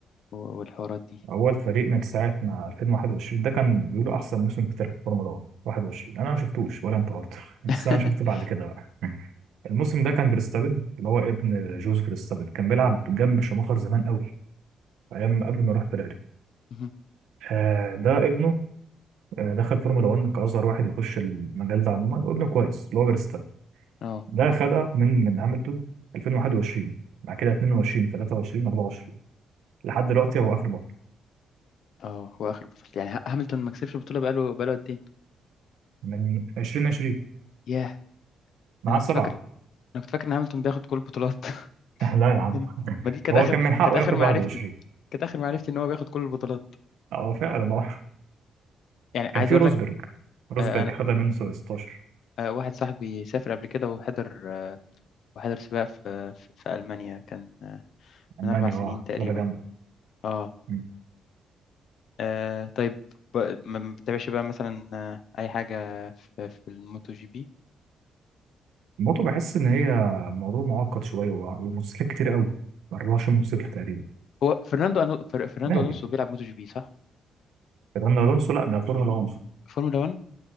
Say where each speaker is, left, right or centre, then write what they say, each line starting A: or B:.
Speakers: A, on the left (about 65°); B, on the right (about 85°).
A: و- والحوارات دي
B: اول فريق من ساعه ما 2021 ده كان بيقولوا احسن موسم في تاريخ الفورمولا 1 21 انا ما شفتوش ولا انت برضه <laughs>
A: <laughs>
B: بس انا شفت بعد كده بقى <laughs> الموسم ده كان فيرستابن اللي هو ابن جوز فيرستابن كان بيلعب جنب شوماخر زمان قوي ايام قبل ما يروح فيراري
A: مهم.
B: آه ده ابنه آه، دخل فورمولا 1 كأصغر واحد يخش المجال ده عموما وابنه كويس اللي هو فيرستابن
A: اه
B: ده خدها من من هاملتون 2021 بعد كده 22 23 24 لحد دلوقتي هو آخر بطل
A: اه هو اخر بطولة يعني ه- هاملتون ما كسبش البطولة بقاله بقاله قد ايه؟
B: من 2020
A: ياه
B: معاه
A: انا كنت
B: سبعة
A: فاكر انا كنت فاكر ان هاملتون بياخد كل البطولات <laughs>
B: <laughs> لا يا عم
A: يعني ما دي كانت
B: هو
A: اخر
B: كان من حقه
A: كانت اخر
B: ياخد
A: معرفتي
B: 21
A: كانت اخر معرفتي ان هو بياخد كل البطولات
B: اه فعلا اه
A: يعني
B: كان
A: عايز
B: في
A: اقول
B: روزبرج
A: لك
B: روزبرج
A: آه،
B: خدها منه 16
A: آه، واحد صاحبي سافر قبل كده وحضر آه، وحضر سباق في في في ألمانيا كان آه،
B: ألمانيا
A: من أربع سنين
B: اه
A: تقريبا
B: لعبة جامدة
A: اه
B: مم.
A: آه، طيب ب- ما ما بتتابعش بقى مثلا آه، أي حاجة في, في الموتو جي بي
B: الموتو بحس إن هي موضوع معقد شوية و- وموتوسيكلات كتير قوي 24 موتوسيكل تقريبا
A: هو فرناندو أنو... فر- فرناندو
B: ناوي
A: ألونسو بيلعب موتو جي بي صح؟
B: فيرناندو الونسو لا ده فورمولا 1
A: فورمولا 1